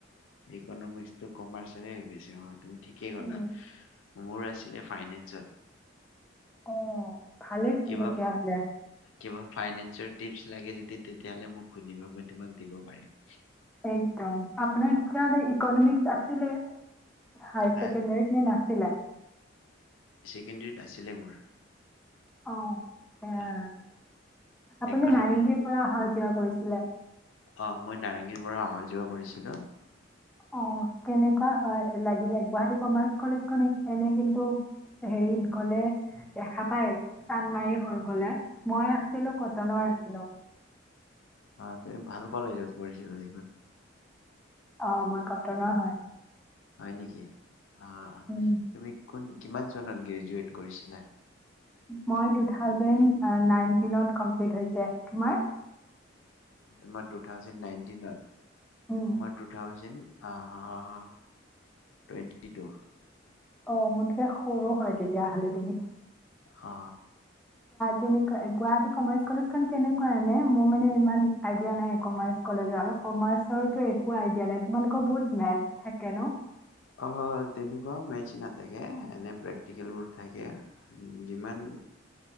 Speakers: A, on the left; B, in the centre.
A: ইকনমিক্সটো কমাৰ্চৰে বেছি হয় তুমি ঠিকে কলা
B: উম,
A: মোৰ আছিলে ফাইনেন্সত
B: অ ভালেইচোন
A: কিবা
B: তেতিয়াহ'লে।
A: কিবা ফাইনেন্সৰ টিপছ লাগে যদি তেতিয়া হলে মোক সুধিবা মই তোমাক দিব পাৰিম
B: একদম আপোনাৰাহাললে ইকনমিক্ আছিলে হায় ছেকেণ্ডাৰীত
A: হা
B: নে নাছিলে
A: কেণ্ডেৰীত আছিলে মোৰ
B: অহ এ
A: হা
B: আপুনি
A: ইকনমি
B: নাৰেংগীৰ পৰা অহা যোৱা কৰিছিলে
A: অ মই নাৰেংগীৰ পৰা অহা যোৱা কৰিছিলো
B: অ কেনেকুৱা হয় লাগিলে গুৱাহাটী কমাৰ্চ কলেজ খনএনেই কিন্তু হেৰিত গলে দেখা পায় চান্মাৰি হৈ গলে মই আছিলো কটনৰ আছিলো
A: অ তুমি ভাল কলেজত পঢ়িছিলা দেখোন
B: অ মই কটনৰ হয়
A: হয় নেকি অ
B: উম,
A: তুমি কোন কিমান গ্ৰেজুৱট কৰিছিলা
B: মই তু থাউজেণ্ড নাইনতিনত কমপ্লিট হৈছে তোমাৰ
A: তোমাৰ টু থাউজেণ্ড নাইনটিনত
B: উম।
A: মই টুথাউজেণ্ড অ টুৱেণ্টি টু
B: অ মোৰকে সৰু হয় তেতিয়াহলে তুমি
A: অ
B: কেনেকোৱা গুৱাহাটী কমাৰ্চ কলেজ কেনেকুৱা আনে মোৰ মানে ইমান আইডিয়া নাই কমাৰ্চ কলেজৰ কমাৰ্চো একো আইডিয়া নাই তোমালোকৰ বহুত মেথ থাকে ন?
A: অ তেনেকোৱা ম এ প্ৰে্টিকেলোৰ থাকে যিমান